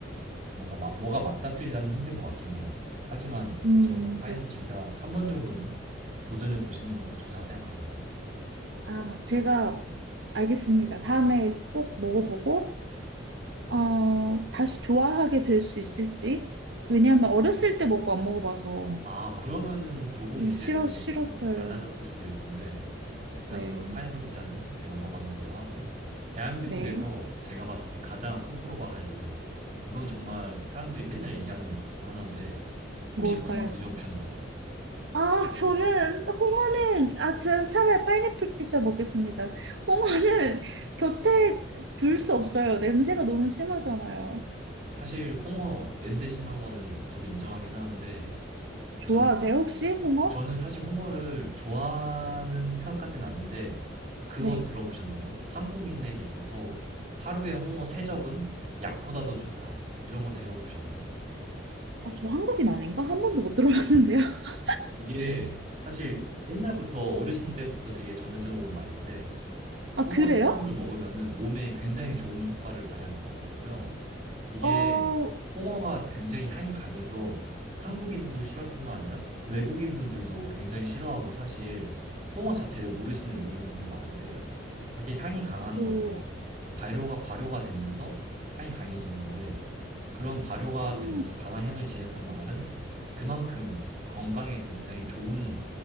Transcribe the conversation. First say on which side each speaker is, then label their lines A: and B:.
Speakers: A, on the right; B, on the right.
A: 뭔가 마- 뭐가 맞다 틀리다는 힘든 것 같긴 해요. 하지만
B: 음,
A: 저는 파인애플
B: 그렇죠.
A: 피자 한 번 정도는 도전해 보시는 것도 좋다고 생각합니다.
B: 아, 제가 알겠습니다. 다음에 꼭 먹어보고, 어, 다시 좋아하게 될 수 있을지. 왜냐하면 어렸을 때 먹고 안 먹어봐서
A: 아, 그러면은 조금 이제는
B: 싫어, 싫었어요.
A: 좀 달라졌을 수도 있는데, 일단
B: 네,
A: 그러면 파인애플 피자는 이렇게 넘어가는 걸로 하고, 대한민국에서
B: 네.
A: 제가 봤을 때 가장 호불호가 갈리는, 이건 정말 사람들이 맨날 얘기하는 음식 중 하나인데, 혹시
B: 뭘까요?
A: 홍어 드셔보셨나요?
B: 아, 저는 홍어는 아, 저 차라리 파인애플 피자 먹겠습니다. 홍어는 곁에 둘 수 없어요. 냄새가 너무 심하잖아요.
A: 사실 홍어 냄새 심한 거는 저도 인정하긴 하는데,
B: 좋아하세요,
A: 저는
B: 혹시 홍어?
A: 저는 사실 홍어를 좋아하는 편까지는 아닌데, 그거
B: 네.
A: 들어보셨나요? 한국인에게 있어서 하루에 홍어 세접은 약보다 더 좋다. 이런 거 들어보셨나요?
B: 아, 저 한국인 아닌가? 한 번도 못 들어봤는데요. <laughs>
A: 이게 사실 옛날부터 어르신 때부터 되게 전해져 온 말인데,
B: 아,
A: 홍어
B: 그래요?
A: 세점을 먹으면은 몸에 굉장히 좋은 효과를 발휘한다고 하더라고요. 이게
B: 어,
A: 홍어가 굉장히 향이 강해서 한국인들도 싫어할 뿐만 아니라 외국인분들도 굉장히 싫어하고 사실 홍어 자체를 모르시는 외국인분도 많은데 그렇게 향이 강한
B: 저
A: 거는 발효가 발효가 되면서 향이 강해지는 건데 그런 발효가 되면서
B: 음.
A: 강한 향을 지녔던 말은 그만큼 건강에 굉장히 좋은